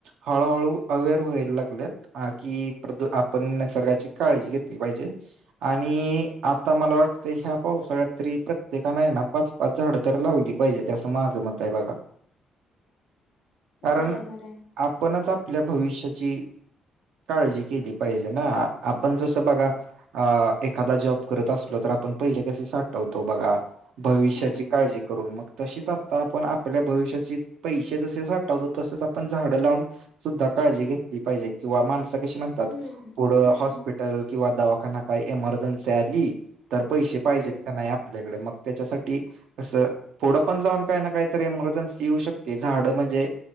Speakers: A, on the right (about 80°); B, on the left (about 70°).
A: हळूहळू अवेअर व्हायला लागल्यात ह की प्रद आपण निसर्गाची काळजी घेतली पाहिजे. आणि आता मला वाटत ह्या पावसाळ्यात तरी प्रत्येकाने नफच पाच झाडं तर लावली पाहिजे ते असं माझं मत आहे बघा.
B: <unintelligible>
A: कारण
B: बरोबर आहे
A: आपणच आपल्या भविष्याची काळजी केली पाहिजे ना आपण जसं बघा अ एखादा जॉब करत असलो तर आपण पैसे कसे साठवतो बघा. भविष्याची
B: हम्म
A: काळजी करून मग तशीच आता आपण आपल्या भविष्याची पैसे जसे आठवतो तसेच आपण झाडं लावून काळजी घेतली पाहिजे किंवा मनस कशी म्हणतात
B: हम्म
A: पुढ
B: हम्म
A: हॉस्पी हल किंवा दवाखाना काही एमर्जन्सी आली तर पैसे पाहिजेत
B: हम्म
A: का नाही आपल्याकडे मग त्याच्यासाठी असं पुढं पण जाऊन काही ना काहीतरी एमर्जन्सी येऊ शकते झाडं म्हणजे